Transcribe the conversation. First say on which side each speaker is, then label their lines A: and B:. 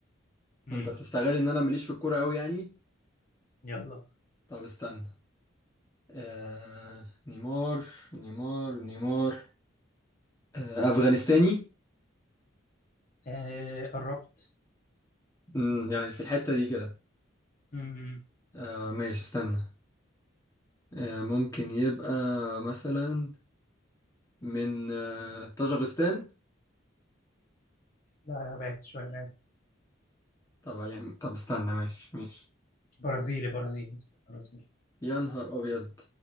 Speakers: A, on the left; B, on the left.
A: امم
B: انت بتستغل ان انا ماليش في الكورة قوي يعني
A: يلا
B: طب استنى آه نيمار نيمار نيمار آه أفغانستاني
A: آه قربت
B: امم يعني في الحتة دي كده
A: مم.
B: آه ماشي استنى آه ممكن يبقى مثلا من آه طاجغستان
A: لا لا بعدت شوية بعدت
B: طب يعني طب استنى ماشي ماشي
A: برازيلي برازيلي يا اسطى، برازيلي
B: يا نهار أبيض